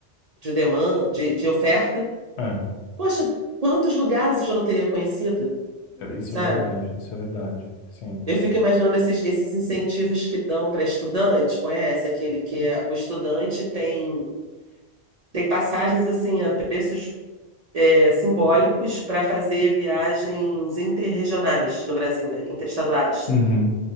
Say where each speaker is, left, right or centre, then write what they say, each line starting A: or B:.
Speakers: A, on the right; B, on the left.
A: de demanda, de, de oferta.
B: É,
A: Poxa, quantos lugares eu já não teria conhecido,
B: isso
A: sabe?
B: é verdade, isso é verdade, sim.
A: Eu fico imaginando esses, esses incentivos que dão para estudante, conhece? Aquele que é o estudante tem, tem passagens assim a preços é, simbólicos para fazer viagens interregionais no Brasil, né? Interestaduais.
B: Uhum.